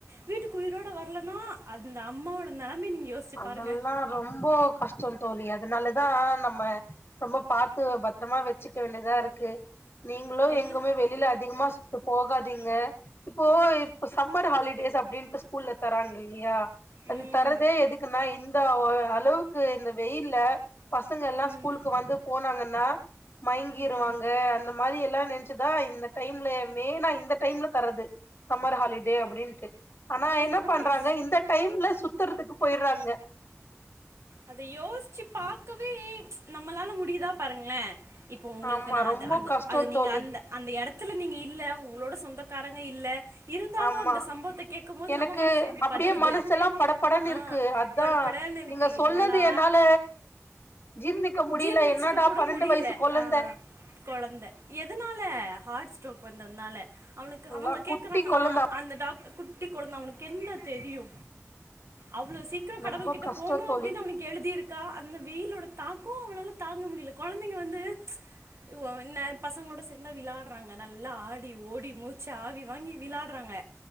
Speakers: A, on the right; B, on the left.
A: வீட்டுக்கு உயிரோடு வரலனா அந்த அம்மாவோட நிலமையை நீங்கள் யோசிச்சு
B: அதெல்லா
A: பாருங்கள்
B: ரொம்ப கஷ்டந்தோழி அதனாலதா நம்ம ரொம்ப பாத்து பத்திரமா வச்சுக்க வேண்டியதா இருக்கு நீங்களு
A: எல்
B: எங்கமே வெளியில அதிகமா சு இப்ப போகாதீங்க, இப்போ இப்ப சம்மர் ஹாலிடேஸ் அப்டின்ட்டு ஸ்கூல்ல தராங்கல்லியா அது
A: ம்
B: த எதுக்குனா இந்த வ அளவுக் க்கு இந்த வெயில்ல பசங்க ல்லா
A: ம்
B: ஸ்கூலுக்கு
A: ம்
B: வந்து போனாங்கன்னா மயங்கிருவாங்க
A: ம்.
B: அந்த மாரியெல்லா நெனச்ச அத்தா இந்த டைம்ல மெயினா இந்த டைம்ல பரவுது, சம்மர் ஹாலிடே அப்புடின்னுட்டு. ஆனா
A: அது
B: என்ன
A: யோசி
B: பண்றாங்க இந்த டைம்ல சுத் த்தறதுக்கு போயிற்றாங்க
A: அத யோசிச்சு பாக்கவே நம்மளால முடியுதா பாருங்களே. இப்போ உங்களுக்கு
B: ஆமா
A: நா
B: ரொம்ப
A: அது அந்த
B: கஷ்டோ
A: அது நீங்க
B: தோழி
A: அந்த அந்த எடத் இத்துல நீங்க இல்ல உங்களோட சொந்தக்காரங்க இல்ல. இருந்தாலும்
B: ஆமா
A: அந்த சம்பவத்த கேக்கும் போது
B: எனக்கு
A: நம்ம மனசு எப்புடி
B: அப்டியே
A: பதருது
B: மனசெல்லா படப்படன்னு
A: ஆ
B: இருக்கு அதா
A: படபடன்னு இருக்
B: நீங்க சொன்னது
A: என்னடா,
B: என்னால ஜீர்ணிக்க முடியல
A: ஜீர்ணிச்சுக்க
B: என்னடா
A: கூட
B: பன்னெண்டு
A: முடில
B: வயசு கொழந்த
A: ஆ குழந்த எதனால ஹார்ட் ஸ்ட்ரோக் வந்ததுனால அவனுக்கு
B: நல்லா
A: அவங்க கேக்கறாங்களா
B: குட்டி கொழந்த
A: அந்த டாக்டர் குட் குட்டி் குழந்த அவனுக்கு என்ன தெரியு. அவ்வளோ சீக்கிரம் கடவுல்
B: ரொம்ப
A: கிட்ட
B: கஷ்டோ
A: போணு ப்
B: தோழி
A: ப்புடின்னு அவனுக்கு எழுதிருக்கா அந்த வெயிலோட தாக் போ அவனால தாங்க முடில கொழந்தைங்க வந்து, இவ்கோ என்ன பசங்களோட சேந்தா விளாட்றாங்க நல்லா ஆடி ஓடி மூச்சு ஆவி வாங்கி விளாட்றாங்க.